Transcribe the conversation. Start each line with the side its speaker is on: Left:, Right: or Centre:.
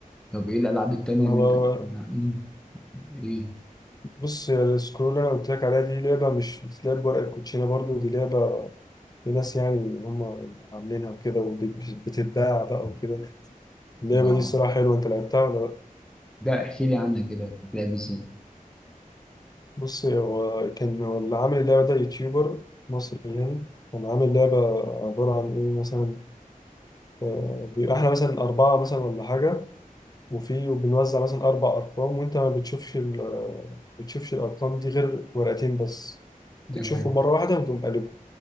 Centre: طب ايه الالعاب التانية
Left: انا
Centre: اللي انت بتحبها أمم، ايه
Left: بص يا السكرول اللي انا قلت لك عليها دي لعبه مش بتتلعب بورق الكوتشينه برضو دي لعبه لناس يعني هم عاملينها وكده وبتتباع بقى وكده اللعبه
Centre: اه
Left: دي الصراحه حلوه انت لعبتها ولا لا
Centre: ده احكي لي عنها كده لعب ازاي
Left: بص هو كان هو اللي عامل اللعبه ده يوتيوبر مصري يعني كان عامل لعبه عباره عن ايه مثلا آه، بيبقى احنا مثلا اربعه مثلا ولا حاجه وفي وبنوزع مثلا اربع ارقام وانت ما بتشوفش ال- بتشوفش الارقام دي غير ورقتين بس بتشوفهم
Centre: تمام
Left: مره واحده وتقوم قلبهم